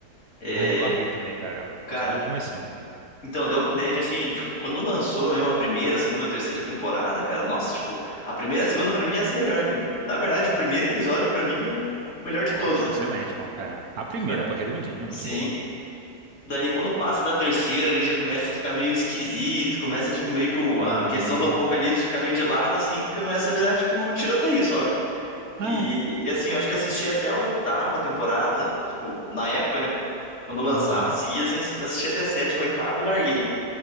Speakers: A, on the left; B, on the right.
A: É,
B: Ah, eu larguei também, cara.
A: cara,
B: Eu só vi o comecinho.
A: então, The Walking Dead, assim, tipo, quando lançou mesmo a primeira, segunda, terceira temporada, cara, nossa, tipo, a primeira e a segunda pra mim é as melhores. que tem. Na verdade, o primeiro episódio pra mim é o melhor de
B: Ótimo,
A: todos, né?
B: excelente, bom. É. A primeira,
A: Mas-
B: pô, redondinha, é muito
A: Sim.
B: boa.
A: Daí quando passa da terceira, ele já começa a ficar meio esquisito, começa, tipo, meio que o- a
B: Uhum.
A: questão do apocalipse ficar meio de lado, assim, começa a virar, tipo, tiroteio só, cara.
B: Ah,
A: E, e assim, eu acho que assisti até a oitava temporada, tipo, na época, né? Quando lançava,
B: uhum.
A: seguia, assim, assisti até a sétima, oitava e larguei, né?